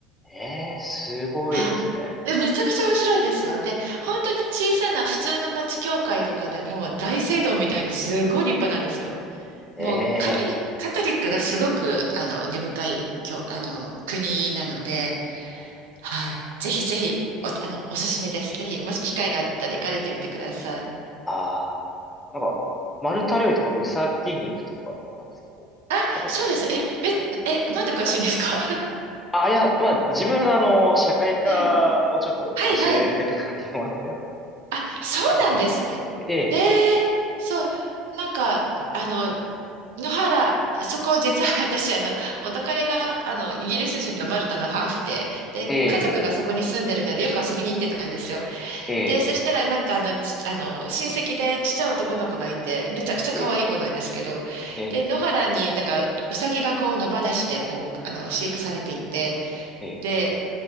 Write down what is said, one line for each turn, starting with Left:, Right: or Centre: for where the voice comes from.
Left: ええ、すごいですね。
Right: はい。で、めちゃくちゃ面白いですよ。で、本当に小さな普通の町教会とかでも大聖堂みたいにすごい立派なんですよ。
Left: ええ、
Right: もうカトリック、カトリックがすごく、あの、根深い教、あの、国なので、
Left: ええ、
Right: はい。ぜひぜひ、お、あの、おすすめです。ぜひ、もし機会があったら行かれてみてください。
Left: ああ、なんか、マルタ料理ってこう、うさぎ肉とかなんですかこう、
Right: あ、
Left: 食べ物。
Right: そうです。え、め、え、なんで詳しいんですか <laughs>
Left: あ、いや、まあ、自分、あの、社会科をちょっと教えてた関係もあって、
Right: はい。はいはい。
Left: あの、
Right: あ、そうなんですね。
Left: ちょっとそういう読み込みで、え
Right: ええそう。なんか、あの、野原、そこ実は私、あの、元彼が、あの、イギリス人とマルタのハーフで、で、
Left: え、ええ、
Right: 家族がそこに住んでるので、よく遊びに行ってたんですよ。
Left: え
Right: で、そしたら、なんか、あの、ち、あの、親戚でちっちゃい男の子がいて、めちゃくちゃ可愛い子なんですけど、
Left: え、ええ、
Right: で、野原になんか、ウサギがこう、野放しで、こう、あの、飼育されていて、
Left: ええ、
Right: で、